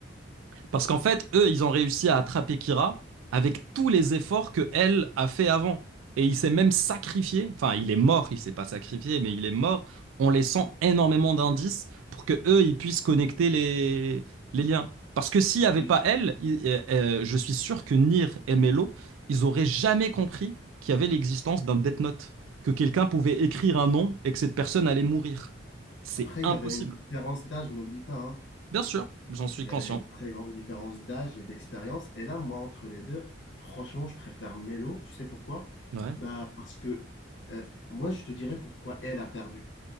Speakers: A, on the right; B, on the left.
A: Parce qu'en fait, eux, ils ont réussi à attraper Kira avec tous les efforts que elle a fait avant. Et il s'est même sacrifié. Enfin, il est mort, il s'est pas sacrifié, mais il est mort en laissant énormément d'indices pour que eux, ils puissent connecter les, les liens. Parce que s'il
B: Bah,
A: n'y avait
B: tu
A: pas
B: sais-
A: elle, il- euh, euh, je suis sûr que Nier et Melo, ils auraient jamais compris qu'il y avait l'existence d'un Death Note, que quelqu'un pouvait écrire un nom et que cette personne allait mourir. C'est
B: Après,
A: impossible.
B: il y avait une différence d'âge, n'oublie pas, hein.
A: Bien sûr, j'en suis
B: Il
A: conscient.
B: y avait une très grande différence d'âge et d'expérience. Et là, moi, entre les deux, franchement, je préfère Melo. Tu sais pourquoi?
A: Ouais.
B: Bah, parce que euh, moi, je te dirais pourquoi elle a perdu.